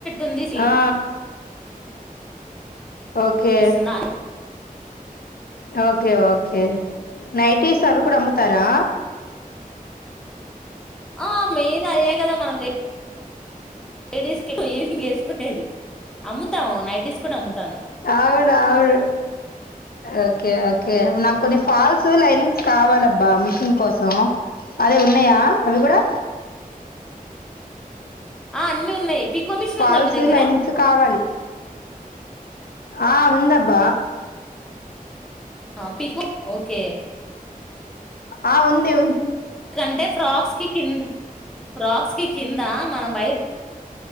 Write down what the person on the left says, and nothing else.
ఆ ఓకే
ఓకే ఓకే నైటీస్ అవి కూడా అమ్ముతారా
అవును. అవును. ఓకే ఓకే నాకు కొన్ని ఫాల్స్ లైనింగ్స్ కావాలబ్బా మిషిన్ కోసం అదే ఉన్నాయా అవి కూడా
ఫాల్సు
లైనింగ్స్ కావాలి ఆ ఉందబ్బ
ఆ ఉంది ఉన్